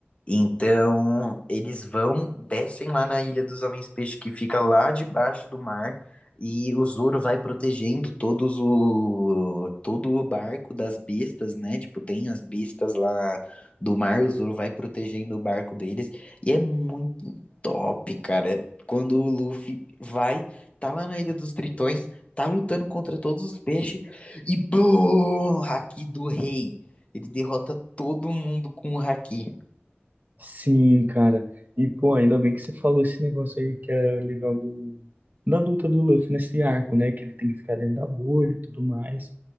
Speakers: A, on the left; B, on the right.
A: Então, eles vão, descem lá na Ilha dos Homens Peixe, que fica lá debaixo do mar, e o Zoro vai protegendo todos o, todo o barco das bestas, né? Tipo, tem as bestas lá do mar, o Zoro vai protegendo o barco deles, e é muito top, cara. Quando o Luffy vai, tá lá na Ilha dos Tritões, tá lutando contra todos os peixes, e BOOM! Haki do Rei. Ele derrota todo mundo com o Haki.
B: Sim, cara. E, pô, ainda bem que você falou esse negócio aí que é legal do, da luta do Luffy nesse arco, né? Que ele tem que ficar dentro da bolha e tudo mais.